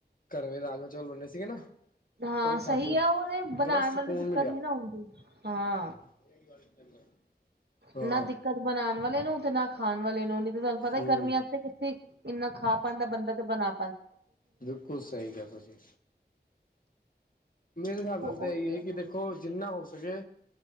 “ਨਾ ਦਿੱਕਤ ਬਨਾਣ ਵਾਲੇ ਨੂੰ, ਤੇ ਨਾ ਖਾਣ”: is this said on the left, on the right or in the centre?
Right